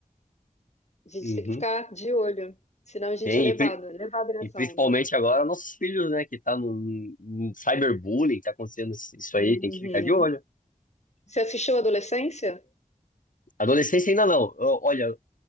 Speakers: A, on the left (about 55°); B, on the left (about 70°).
A: A gente
B: Uhum.
A: tem que ficar de olho, senão a gente
B: Tem,
A: é levado,
B: e, pri-
A: é levado nessa
B: e principalmente
A: onda.
B: agora nossos filhos, né? Que tá no, no cyberbullying, tá acontecendo isso aí,
A: Uhum.
B: tem que ficar de olho.
A: Você assistiu Adolescência?
B: Adolescência ainda não. Ó, Olha,